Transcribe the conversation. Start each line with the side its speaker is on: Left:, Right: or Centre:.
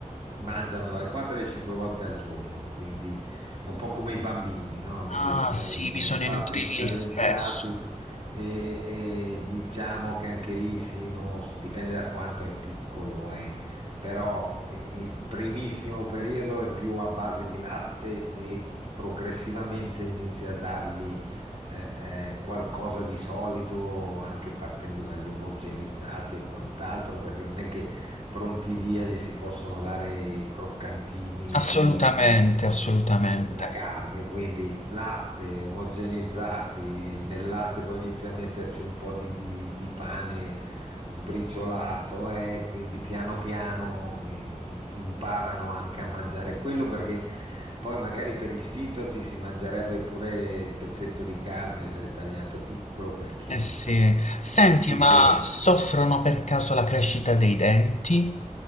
Right: mangiano dalle 4 alle 5 volte al giorno, quindi è un po' come i bambini, no? Gli
Left: ah
Right: devi fare
Left: sì,
Right: i
Left: bisogna
Right: passi
Left: nutrirli
Right: scadenziati
Left: spesso.
Right: e, e diciamo che anche lì fino, dipende da quanto è piccolo, eh, però eh, il primissimo periodo è più a base di latte e progressivamente inizi a dargli eh, eh, qualcosa di solido, anche partendo dagli omogenizzati e quant'altro, perché non è che pronti via gli si possono dare i croccantini
Left: Assolutamente,
Right: piuttosto
Left: assolutamente.
Right: della carne, quindi latte omogenizzati, nel latte poi inizia a metterci un po' di, di- di pane sbriciolato e quindi piano piano i- i- imparano anche a mangiare quello perché poi magari per istinto ci si mangerebbe pure il pezzetto di carne se è tagliato piccolo perché
Left: Eh sì. Senti,
Right: gli
Left: ma
Right: viene.
Left: soffrono per caso la crescita dei denti?